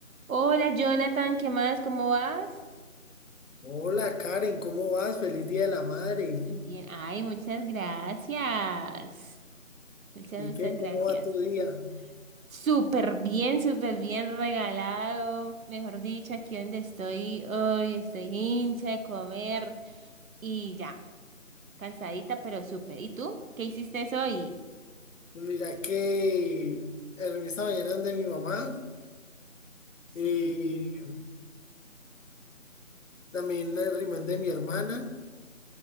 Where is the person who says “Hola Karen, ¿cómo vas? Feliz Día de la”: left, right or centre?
Left